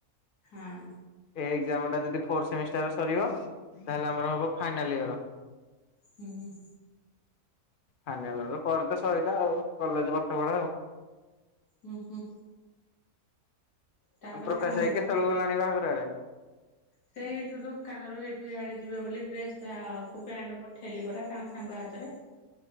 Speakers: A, on the left; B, on the left.
A: ହଁ।
B: ଏ ଏକ୍ଜାମ ଟା ଯଦି ଫୋର ସେମିଷ୍ଟାର ସରିବ ତାହେଲେ ଆମର ଫାଇନାଲ୍ ଇୟର।
A: ହୁଁ ହୁଁ।
B: ଫାଇନାଲ ଇୟର ପରେ ତ ସରିଲା ଆଉ କଲେଜ ପାଠ ପଢ଼ା ଆଉ।
A: ହୁଁ ହୁଁ। ତାପରେ
B: ପ୍ରକାଶ
A: କଣ କରିବା?
B: ଭାଇ କେତେବେଳୁ ଗଲାଣି ବାହାଘର ଆରେ?
A: ସେ ଏଇଠୁ ଦୋକାନ ରୁ ଏଇଠୁ ଇଆଡେ ଯିବେ ବୋଲି ଡ୍ରେସ ଆଉ କୁ ପ୍ୟାଣ୍ଟ ପଠେଇଲି ପରା ତାଙ୍କ ସାଙ୍ଗ ହାତରେ।